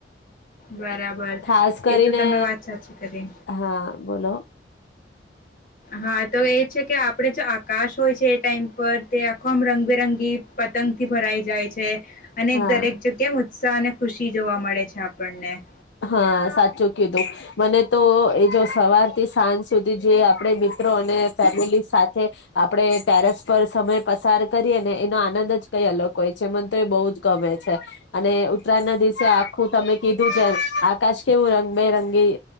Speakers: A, on the left; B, on the left.
A: બરાબર
B: ખાસ
A: એ
B: કરીને
A: તો તમે વાત સાચી કરી
B: હા બોલો
A: હા તો એ છે કે આપણે જો આકાશ હોય છે એ ટાઈમ પર તે આખોમાં રંગબેરંગી પતંગથી ભરાઈ જાય છે અને
B: હા
A: દરેક જગ્યા એમ ઉત્સાહ અને ખુશી જોવા મળે છે આપ પને
B: હ સાચું કીધું મને તો એ જો સવારથી સાંજ સુધી જે આપણે મિત્રો અને ફેમિલી સાથે આપણે પેરસ પર સમય પસાર કરીએ ને એનો આનંદ જ કઈ અલગ હોય છે મને તો એ બહુ જ ગમે છે અને ઉત્તરાયણના દિવસે આખું તમે કીધું છે આકાશ કેવું રંગબેરંગી